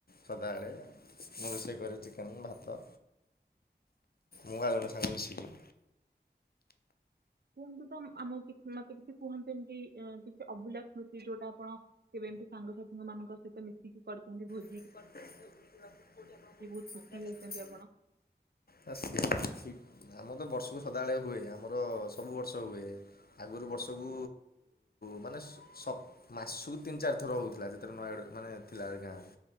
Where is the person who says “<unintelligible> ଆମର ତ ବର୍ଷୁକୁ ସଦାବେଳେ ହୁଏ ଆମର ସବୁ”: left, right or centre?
Left